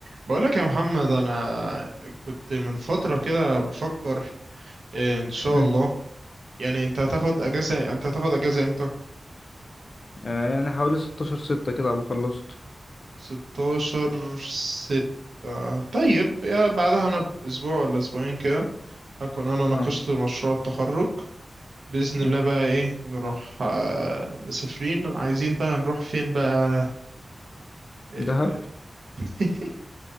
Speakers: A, on the right; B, on the left.
A: بقولك يا محمد انا كنت من فترة كده بفكر إيه ان شاء
B: مم.
A: الله يعني انت هتاخد اجازة انت هتاخد اجازة امتى
B: آه يعني حوالي 16 ستة كده أبقى خلصت
A: 16 ستة طيب يا بعدها انا باسبوع ولا اسبوعين كده هكون انا ناقشت
B: اه
A: مشروع التخرج بإذن الله
B: اه
A: بقى ايه نروح آه، مسافرين عايزين بقى نروح فين بقى إيه
B: دهب
A: <laughs>